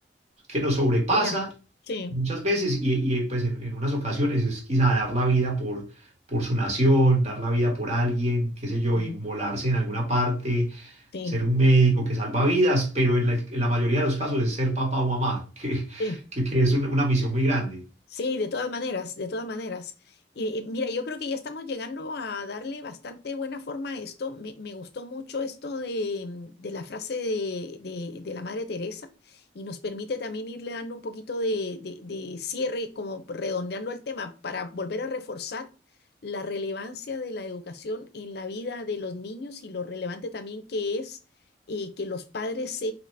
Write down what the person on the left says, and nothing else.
Ya, sí,
mm,
sí,
sí.
Sí, de todas maneras, de todas maneras. Y, y mira, yo creo que ya estamos llegando a darle bastante buena forma a esto. Me, me gustó mucho esto de, mm, de la frase de, de- de la Madre Teresa y nos permite también irle dando un poquito de, de- de cierre, como redondeando el tema, para volver a reforzar la relevancia de la educación en la vida de los niños y lo relevante también que es eh, que los padres se